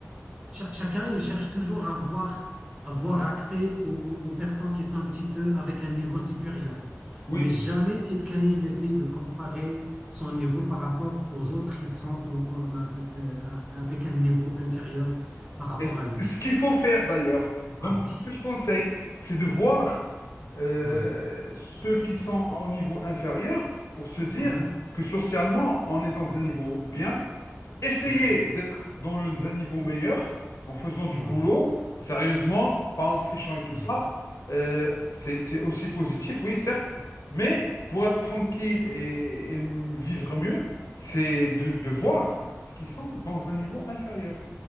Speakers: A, on the right; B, on the left.
A: Cha- chacun, il cherche toujours à avoir, avoir
B: Mhm.
A: accès aux, aux- aux personnes qui sont un petit peu avec un niveau supérieur.
B: Oui.
A: Mais jamais quelqu'un, il essaie de comparer son niveau par rapport aux autres qui sont en- en- euh, euh, euh, avec un niveau inférieur par rapport
B: Et c-
A: à lui.
B: ce qu'il faut faire d'ailleurs, donc
A: Ah oui,
B: ce que je conseille, c'est de voir euh,
A: ouais,
B: ceux qui sont au niveau inférieur pour se dire
A: ouais,
B: que socialement, on est dans un niveau bien essayer
A: ouais,
B: d'être dans le- un niveau meilleur en faisant du
A: ouais,
B: boulot, sérieusement, pas en trichant et tout
A: ouais.
B: ça, euh, c'est, c'est aussi positif, oui, certes, mais pour être tranquille et, et vivre mieux, c'est de, de voir ce qu'ils sont dans un niveau inférieur.